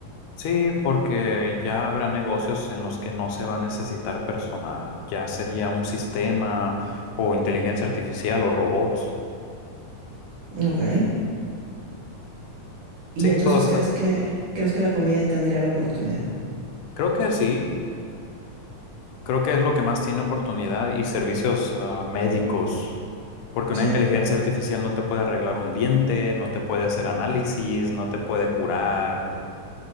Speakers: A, on the left; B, on the right.
A: Sí, porque ya habrá negocios en los que no se va a necesitar personal, ya sería un sistema o inteligencia artificial o robots.
B: Ok. Y
A: Sí,
B: entonces
A: todo está.
B: crees que crees que la comida ahí tendría la oportunidad.
A: Creo que sí, creo que es lo que más tiene oportunidad y servicios ah, médicos, porque
B: Sí.
A: una inteligencia artificial no te puede arreglar un diente, no te puede hacer análisis, no te puede curar.